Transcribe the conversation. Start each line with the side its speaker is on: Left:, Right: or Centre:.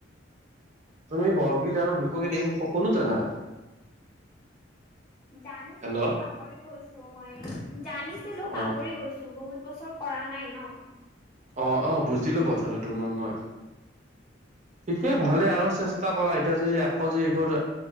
Right: তুমি বৰগীত আৰু লোকগীত এইবোৰ সকলো জানা
Left: জানিছিলো
Right: হেল্ল'
Left: পাহৰি গৈছো মই জানিছিলো পাহৰি
Right: অ
Left: গৈছো বহুত বছৰ কৰা নাই ন
Right: অ অ বুজিলো কথাটো তোমাৰ মই ঠিকেই ভালে আৰু চেষ্টা কৰা এতিয়া যদি আকৌ যদি এইবোৰ